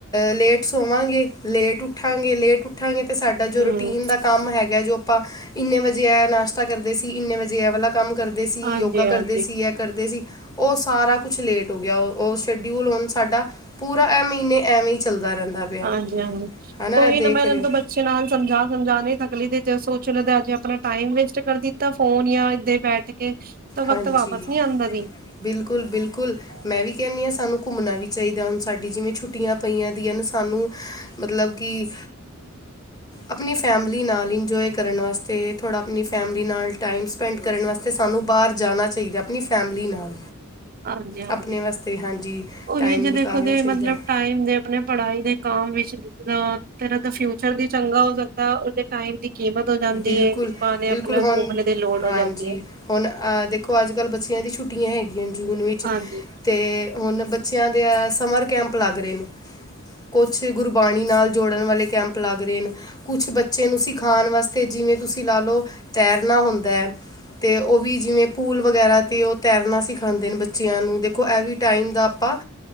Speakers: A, on the left; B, on the right.
A: ਲੇਟ ਸੋਵਾਂਗੇ ਲੇਟ ਉੱਠਾਂਗੇ ਲੇਟ ਉੱਠਾਂਗੇ, ਤੇ ਸਾਡਾ ਜੋ
B: ਹਮ
A: ਰੂਟੀਨ ਦਾ ਕੰਮ ਹੈਗਾ ਜੋ, ਆਪਾਂ ਇੰਨੇ ਵਜੇ ਆ ਨਾਸ਼ਤਾ ਕਰਦੇ ਸੀ ਇੰਨੇ ਵਜੇ ਐ ਵਾਲਾ, ਕੰਮ ਕਰਦੇ ਸੀ
B: ਹਾਂਜੀ
A: ਯੋਗਾ ਕਰਦੇ
B: ਹਾਂਜੀ
A: ਸੀ ਇਹ ਕਰਦੇ ਸੀ ਉਹ ਸਾਰਾ ਕੁਛ ਲੇਟ ਹੋ ਗਿਆ ਉਹ ਸ਼ਡਊਲ ਹੁਣ ਸਾਡਾ, ਪੂਰਾ ਇਹ ਮਹੀਨੇ ਐਵੇਂ ਹੀ ਚੱਲਦਾ, ਰਹਿੰਦਾ ਪਿਆ
B: ਹਾਂਜੀ ਹਾਂਜੀ,,,
A: ਹੈ
B: ਉਹੀ
A: ਦੇਖ
B: ਨਾ ਮੈਂ
A: ਰਹੇ
B: ਇਹ
A: ਹੋ
B: ਤੋਂ ਬੱਚੇ ਨਾਲ ਸਮਝਾ ਸਮਝਾ ਨਹੀਂ ਥਕਲੀ ਦੇ, ਜ ਸੋਚ ਲਦੇ ਅਜੇ ਆਪਣਾ ਟਾਈਮ ਵੇਸਟ ਕਰ ਦਿੱਤਾ ਫੋਨ ਜਾਂ ਇਦ ਬੈਠ ਕੇ, ਤਾਂ ਵਕਤ
A: ਹਾਂਜੀ,,,,,,
B: ਵਾਪਸ ਨਹੀਂ ਆਉਂਦਾ ਜੀ
A: ਬਿਲਕੁਲ ਬਿਲਕੁਲ ਮੈਂ ਵੀ ਕਹਿੰਦੀ ਹਾਂ ਸਾਨੂੰ, ਘੁੰਮਣਾ ਵੀ ਚਾਹੀਦਾ ਹੁਣ ਸਾਡੀ ਜਿਵੇਂ ਛੁੱਟੀਆਂ ਪਈਆਂ ਦੀਆਂ ਸਾਨੂੰ ਮਤਲਬ ਕਿ,,,, ਆਪਣੀ ਫੈਮਿਲੀ ਨਾਲ ਇੰਜੋਏ ਕਰਨ ਵਾਸਤੇ ਥੋੜ੍ਹਾ ਆਪਣੀ ਫੈਮਿਲੀ ਨਾਲ ਟਾਈਮ ਸਪੈਂਡ ਕਰਨ ਵਾਸਤੇ ਸਾਨੂੰ ਬਾਹਰ, ਜਾਣਾ ਚਾਹੀਦਾ ਆਪਣੀ ਫੈਮਲੀ ਨਾਲ,,
B: ਹਾਂਜੀ ਹਾਂਜੀ,,,,,,,,
A: ਆਪਣੇ ਵਾਸਤੇ ਹਾਂਜੀ
B: ਉਹੀ
A: ਟਾਈਮ
B: ਜੇ
A: ਨਿਕਾਲਣਾ
B: ਦੇਖੋ ਦੇ
A: ਚਾਹੀਦਾ
B: ਮਤਲਬ
A: ਹੈ
B: ਟਾਈਮ ਦੇ ਆਪਣੇ ਪੜ੍ਹਾਈ ਦੇ ਕੰਮ ਵਿੱਚ ਇਤਨਾ,, ਤਰ ਦਾ ਫਿਊਚਰ ਵੀ ਚੰਗਾ ਹੋ ਸਕਦਾ ਉਹਦੇ ਟਾਈਮ ਦੀ, ਕੀਮਤ ਹੋ ਜਾਂਦੀ
A: ਬਿਲਕੁਲ
B: ਹੈ ਇਸ ਬਹਾਨੇ
A: ਬਿਲਕੁਲ
B: ਆਪਣਾ
A: ਹੁਣ
B: ਘੁੰਮਣੇ ਦੀ ਲੋੜ
A: ਹਾਂਜੀ
B: ਹੋ ਜਾਂਦੀ ਹੈ
A: ਹੁਣ ਅਹ ਦੇਖੋ ਅੱਜ ਕੱਲ ਬੱਚਿਆਂ ਦੀ ਛੁੱਟੀਆਂ ਹੈਗੀਆਂ, ਜਾਂ, ਜੂਨ ਵਿੱਚ
B: ਹਾਂਜੀ
A: ਤੇ ਹੁਣ ਬੱਚਿਆਂ ਦੇ ਏ ਸਮਰ ਕੈਂਪ ਲੱਗ ਰਹੇ, ਨੇ ਕੁਛ ਗੁਰਬਾਣੀ ਨਾਲ ਜੋੜਨ ਵਾਲੇ ਕੈਂਪ ਲੱਗ ਰਹੇ ਨੇ, ਕੁਛ ਬੱਚੇ ਨੂੰ ਸਿਖਾਉਣ ਵਾਸ ਤੇ ਜਿਵੇਂ ਤੁਸੀਂ ਲਾ ਲਓ ਤੈਰਨਾ ਹੁੰਦਾ ਹੈ। ਤੇ ਉਹ ਵੀ ਜਿਵੇਂ ਪੂਲ ਵਗੈਰਾ ਤੇ ਉਹ ਤੈਰਨਾ ਸਿਖਾਂਦੇ ਨੇ ਬੱਚਿਆਂ ਨੂੰ ਦੇਖੋ ਐਵ ਟਾਈਮ ਦਾ ਆਪਾਂ